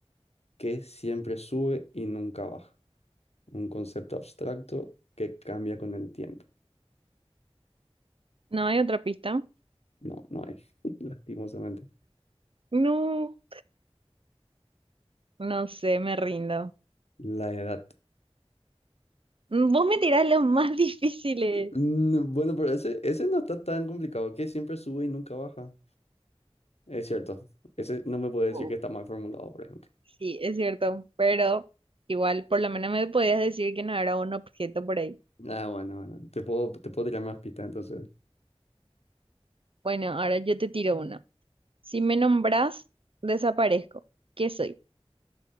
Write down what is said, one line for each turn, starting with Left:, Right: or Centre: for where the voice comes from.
Left: que siempre sube y nunca baja. Un concepto abstracto que cambia con el tiempo.
Right: ¿No hay otra pista?
Left: No, no hay, <laughs> lastimosamente.
Right: No. No sé, me rindo.
Left: La edad.
Right: Mm, Vos me tirás los más <laughs> difíciles.
Left: Mm, Bueno, pero ese, ese no está tan complicado, que siempre sube y nunca baja. Es cierto, ese no me puede decir
Right: Oh.
Left: que está mal formulado, por ejemplo.
Right: Sí, es cierto, pero igual, por lo menos me podías decir que no era un objeto por ahí.
Left: Ah, bueno, bueno, te puedo, te puedo tirar más pistas, entonces.
Right: Bueno, ahora yo te tiro una Si me nombrás, desaparezco. ¿Qué soy?